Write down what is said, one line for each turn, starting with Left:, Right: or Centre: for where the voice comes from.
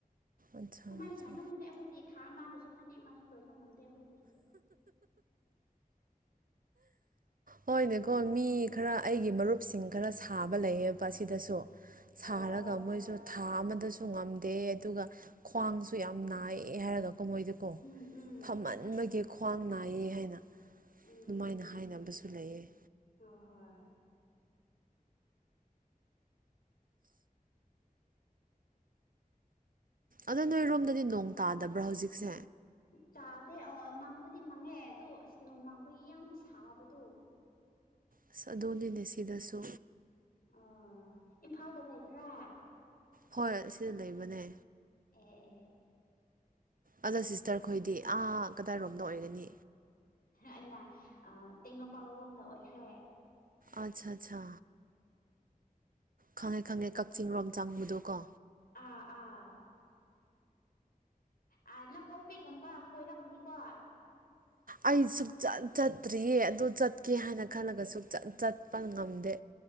Right: ꯑꯠꯁꯥ
Left: ꯀꯃꯥꯏꯅ
Right: ꯑꯠꯁꯥ
Left: ꯁꯥꯏꯅꯣ ꯈꯪꯗꯦ ꯑꯩꯈꯣꯏꯗꯤ ꯊꯥ ꯑꯃꯗꯁꯨ ꯐꯅꯦꯛ ꯃꯥꯁꯨ ꯂꯣꯏꯕ ꯉꯝꯗꯦ ꯑꯩꯈꯣꯏꯗꯤ
Right: ꯍꯣꯏꯅꯦꯀꯣ ꯃꯤ ꯈꯔ ꯑꯩꯒꯤ ꯃꯔꯨꯞꯁꯤꯡ ꯈꯔ ꯁꯥꯕ ꯂꯩꯌꯦꯕ ꯑꯁꯤꯗꯁꯨ ꯁꯥꯔꯒ
Left: ꯑꯥ
Right: ꯃꯣꯏꯁꯨ ꯊꯥ ꯑꯃꯗꯁꯨ ꯉꯝꯗꯦ ꯑꯗꯨꯒ ꯈ꯭ꯋꯥꯡꯁꯨ ꯌꯥꯝ ꯅꯥꯏꯌꯦ ꯍꯥꯏꯔꯒ ꯃꯍꯣꯏꯗꯔꯀꯣ
Left: ꯎꯝ ꯎꯝ
Right: ꯐꯝꯃꯟꯕꯒꯤ ꯈ꯭ꯋꯥꯡ ꯅꯥꯏꯌꯦ ꯍꯥꯏꯅ
Left: ꯎꯝ
Right: ꯑꯗꯨꯃꯥꯏꯅ
Left: ꯎꯝ
Right: ꯍꯥꯏꯅꯕꯁꯨ ꯂꯩꯌꯦ
Left: ꯍꯣꯏ ꯍꯣꯏ
Right: ꯑꯗꯣ ꯅꯣꯏꯔꯣꯝꯗꯗꯤ ꯅꯣꯡ ꯇꯥꯗꯕ꯭ꯔꯥ ꯍꯧꯖꯤꯛꯁꯦ
Left: ꯇꯥꯗꯦ ꯑꯣ ꯃꯥꯡꯕꯗꯤ ꯃꯥꯡꯉꯦ ꯑꯗꯣ ꯑꯁ ꯅꯣꯡ ꯃꯥꯡꯕꯒꯤ ꯌꯥꯝ ꯁꯥꯕꯗꯣ
Right: ꯑꯁ ꯑꯗꯨꯗꯅꯤꯅꯦ ꯁꯤꯗꯁꯨ
Left: ꯑꯣ ꯏꯝꯐꯥꯜꯗ ꯂꯩꯕ꯭ꯔꯥ
Right: ꯍꯣꯏ ꯑꯁꯤꯗ ꯂꯩꯕꯅꯦ
Left: ꯑꯦ ꯑꯦ
Right: ꯑꯗꯣ ꯁꯤꯁꯇꯔ ꯈꯣꯏꯗꯤ ꯑꯥ ꯀꯗꯥꯏꯔꯣꯝꯗ ꯑꯣꯏꯒꯅꯤ
Left: ꯑꯩꯅ ꯑ ꯇꯦꯡꯅꯧ ꯄꯥꯜ ꯔꯣꯝꯗ ꯑꯣꯏꯈ꯭ꯔꯦ
Right: ꯑꯆꯥ ꯑꯆꯥ ꯈꯪꯉꯦ ꯈꯪꯉꯦ ꯀꯛꯆꯤꯡ ꯔꯣꯝ ꯆꯪꯕꯗꯣ ꯀꯣ
Left: ꯑꯥ ꯑꯥ ꯑ ꯂꯝꯀꯣ ꯄꯤ ꯀꯨꯝꯕ ꯀꯣꯏꯔꯝꯃꯅꯤꯀꯣ
Right: ꯑꯩ ꯁꯨꯛꯆꯠ ꯆꯠꯇ꯭ꯔꯤꯌꯦ ꯑꯗꯨ ꯆꯠ ꯆꯠꯀꯦ ꯍꯥꯏꯅ ꯈꯜꯂꯒ ꯁꯨꯛꯆꯠ ꯄ ꯉꯝꯗꯦ